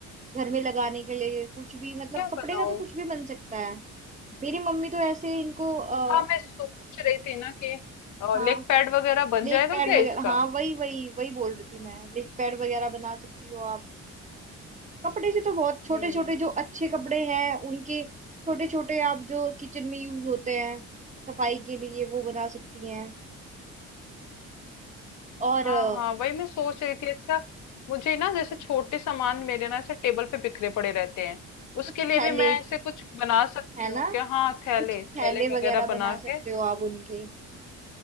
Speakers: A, on the right; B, on the left.
A: घर में लगाने के लिए कुछ भी मतलब
B: क्या
A: कपड़े
B: बनाऊं
A: का तो कुछ भी बन सकता है मेरी मम्मी तो ऐसे इनको आ,
B: हाँ मैं सोच रही थी ना कि
A: हाँ
B: लेग पैड वगैरह बन
A: लेग
B: जाएगा
A: पैड
B: क्या
A: वगैरह
B: इसका
A: हाँ वही वही वही बोल रही थी मैं लेग पैड वगैरह बना सकती हो आप कपड़े से तो बहुत छोटे
B: हम्म
A: छोटे जो अच्छे कपड़े हैं उनके छोटे छोटे आप जो किचन में यूज होते हैं सफाई के लिए वो बना सकती हैं और अ,
B: हाँ हाँ वही मैं सोच रही थी अच्छा मुझे ना जैसे छोटे सामान मेरे ना ऐसे टेबल पे बिखरे पड़े रहते हैं
A: कुछ
B: उसके लिए
A: थैले
B: भी मैं ऐसे कुछ बना सकती
A: है
B: हूँ
A: ना
B: क्या हाँ थैले
A: कुछ थैले
B: थैले वगैरह
A: वगैरह
B: बना
A: बना सकते
B: के
A: हो आप उनके